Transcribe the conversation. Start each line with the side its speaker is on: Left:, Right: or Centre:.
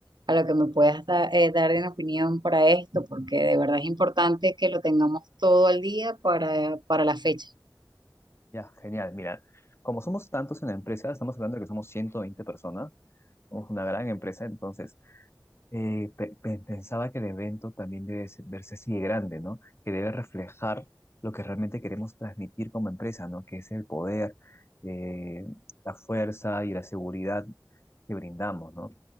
Right: a lo que me puedas da- eh, dar en opinión para esto, porque de verdad es importante que lo tengamos todo al día para, para la fecha.
Left: Ya, genial. Mira, como somos tantos en la empresa, estamos hablando de que somos 120 personas, somos una gran empresa, entonces eh, pe- pe- pensaba que el evento también debe ser- verse así de grande, ¿no? Que debe reflejar lo que realmente queremos transmitir como empresa, ¿no? Que es el poder, eh, la fuerza y la seguridad que brindamos, ¿no?